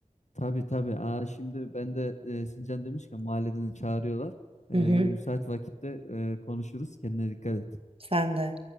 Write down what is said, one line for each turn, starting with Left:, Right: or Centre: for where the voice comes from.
Left: Tabii tabii. Aa, şimdi ben de e, Sincan demişken mahalleden de çağırıyorlar. E,
Right: Hı hı,
Left: yine müsait vakitte e, konuşuruz. Kendine dikkat et.
Right: sen de.